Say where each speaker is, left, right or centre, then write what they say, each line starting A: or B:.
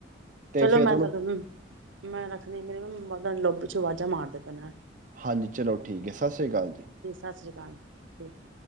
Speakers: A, on the right; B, on the right.
A: ਤੇ
B: ਚਲੋ
A: ਫੇਰ
B: ਮੈਂ
A: ਤੁਹਾਨੂੰ
B: ਤਾਂ, ਮੈਂ ਰੱਖਦੀ, ਮੇਰੇ ਵਲੋਂ - ਲੋਬੀ ਚੋ ਵਾਜਾਂ ਮਾਰਦੇ ਪੈਣਾ
A: ਹਾਂਜੀ ਚਲੋ ਠੀਕ ਹੈ ਸਤਿ੍ ਸ੍ਰੀ ਅਕਾਲ ਜੀ।
B: ਸਤਿ ਸ੍ਰੀ ਅਕਾਲ, ਠੀਕ।